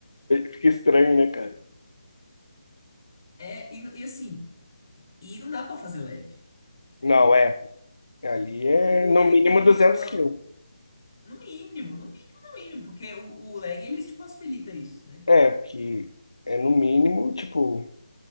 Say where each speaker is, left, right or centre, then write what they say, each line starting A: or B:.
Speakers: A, on the left; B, on the left.
A: fica estranho, né, cara?
B: É, e, e assim, e não dá pra fazer leve.
A: Não, é. Ali é
B: O,
A: no
B: o lag,
A: mínimo
B: ele.
A: 200
B: o-
A: quilos.
B: no mínimo, no mínimo, no mínimo. Porque o, o lag, ele te possibilita isso, né?
A: É, porque é no mínimo, tipo,